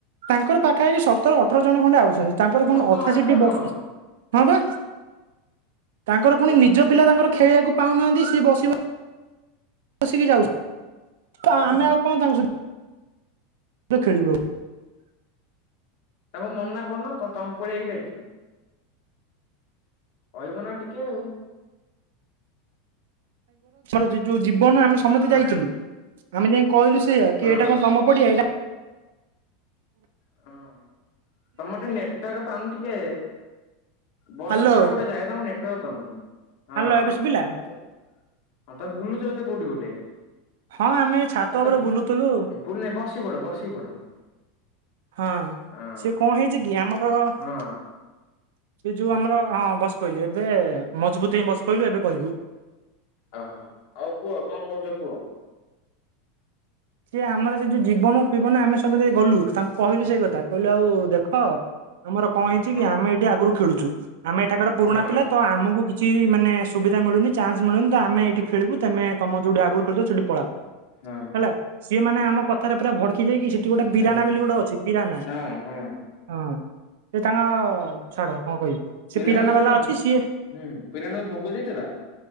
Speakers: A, on the right; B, on the left.
A: ତାଙ୍କର ପାଖା ପାଖି ସତର ଅଠ ଅଠର ଜଣ ଖଣ୍ଡେ ଆସଛନ୍ତି ତାଙ୍କର ପୁଣି
B: ସତର
A: ଅଧା
B: ଅଠର
A: ସେଠି ବସୁଛନ୍ତି
B: ଜଣ।
A: ହଁ ବା। ତାଙ୍କର
B: ଏତେ
A: ପୁଣି ନିଜ ପିଲା ତାଙ୍କର ଖେଳିବାକୁ ପାଉନାହାନ୍ତି ସିଏ ବସିବ ବସିକି ଯାଉଛ ଆମେ
B: ତାଙ୍କୁ
A: ଆଉ କଣ ତାଙ୍କ ସ ଲ ଖେଳିବ
B: ତାଙ୍କୁ ମନ ନା କରନ ତମ ପଡ଼ିଆ ଏଇଟା କି। କହିବ ନା ଟିକେ ଆଉ।
A: ଯୋଉ ଜୀବନ ଆମେ ସମସ୍ତେ
B: ହଁ
A: ଯାଇଥିଲୁ ଆମେ ଯାଇ କହିଲୁ ସେଆ କି
B: ହଁ
A: ଏଇଟା କଣ ତମ ପଡିଆ ଏଇଟା
B: ହ ତମର ଟିକେ ନେଟ ଟାକ ପାଉନି ଟିକେ ବସି
A: ହ୍ୟାଲୋ
B: ପଡେ ଗୋଟେ ଜାଗା ତମ ନେଟୱାର୍କ ପାଉନି ହଁ
A: ହାଲୋ ଏବେ ଶୁଭିଲା
B: ଆଛା। ହଁ ତମେ ବୁଲୁଛ ବୋଧେ କୋଉଠି ଗୋଟେ।
A: ହଁ ଆମେ ଛାତ
B: ଏ
A: ଉପରେ
B: ତ
A: ବୁଲୁଥିଲୁ
B: ବୁଲ ବସି ପଡ ବସି ପଡ।
A: ହଁ
B: ହଁ
A: ସେ କଣ ହେଇଛି କି ଆମର
B: ହଁ
A: ସେ ଯୋଉ ଆମର ହଁ ବସ ପଇିଲୁ ଏବେ ମଜବୁତ ହେଇ ବସ ପଇିଲୁ ଏବେ କହିବୁ।
B: ଓହୋ ଆଉ କୁହ କଣ କହୁଛ କୁହ।
A: ସିଏ ଆମର ସେ ଯୋଉ ଜୀବନ ଫବନ ଆମେ ସବୁ ଦେଇ ଗଲୁ ତାଙ୍କୁ କହିଲୁ ସେଇ କଥା କହିଲୁ ଆଉ ଦେଖ ଆମର କଣ ହେଇଛି
B: ହଁ
A: କି ଆମେ ଏଇଠି ଆଗରୁ ଖେଳୁଛୁ ଆମେ ଏଠାକାର ପୁରୁଣା
B: ହଁ
A: ପିଲା ତ ଆମକୁ କିଛି କି ମାନେ ସୁବିଧା ମିଳୁନ ଚାନ୍ସ ମିଳୁ ତ ଆମେ ଏଇଠି ଖଳୁ ତମେ ତମ ଯୋଉଠି ଆଗରୁ ଖେଳିବ ସେଠିକି ପାଳଅ।
B: ହଁ
A: ହେଲା ସିଏ ମାନେ ଆମ କଥାରେ ପୁରା ଭଡକି ଯାଇକି ସେଠି ଗୋଟେ ବିରାନା
B: ହୁଁ
A: ବୋଲି ଗୋଟେ ଅଛି ବିରାନା
B: ହଁ ହଁ
A: ହଁ ସେ ତାଙ୍କ ଛାଡ଼ ହଁ କହିବି
B: ପିରାନାକୁ
A: ସେ ପିିଲାନା
B: କଣ
A: ବାଲା ଅଛି ସିଏ
B: ହୁଁ ପିରାନାକୁ ଭୋଗ ଦେଇଦେବା